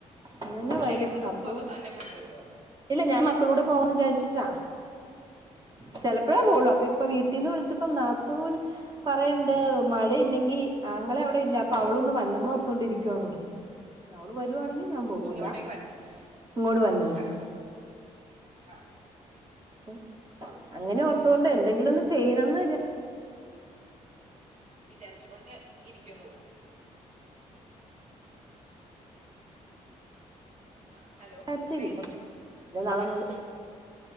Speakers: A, on the right; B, on the right.
A: അങ്ങനെ
B: പിള്ളേരെകൊണ്ട്
A: വരും അപ്പൊ
B: പോവാ അതോ തന്നെ പോയിട്ട് വരോ
A: ഇല്ല ഞാൻ മക്കളൂടെ പോവാന്ന് വിചാരിച്ചിട്ടാ ചെലെപ്പഴേ
B: ആ
A: പോവൊള്ളു അപ്പൊ ഇപ്പ വീട്ടീന്ന് വിളിച്ചപ്പം നാത്തൂൻ പറയ്ണ്ട് മഴയില്ലെങ്കി ആങ്ങളെ അവിടെ ഇല്ല അപ്പൊ അവളൊന്ന് വരണെന്ന് ഓർത്തൊണ്ടിരിക്കുവാന്ന് പറഞ്ഞു ങ്ങേ അവള് വെരുവാണെങ്കിൽ ഞാൻ പോവൂല്ല
B: ഇങ്ങോട്ടേക്ക് വരുന്നു
A: ഇങ്ങോട്ട് വെര്നന്ന്
B: ആ ആ
A: ഓസ് അങ്ങനെ ഓർത്തോണ്ട് എന്തെങ്കിലും ഒന്ന് ചെയ്യണംന്ന് ഞാൻ
B: വിചാരിച്ചു കൊണ്ട് ഇരിക്കുന്നു ആഹ് ഹലോ
A: വിചാരിച്ചിരിക്കും
B: റൈഞ്ചിന്റെ
A: പിന്നെ നാളെ
B: ആഹ്
A: മുതൽ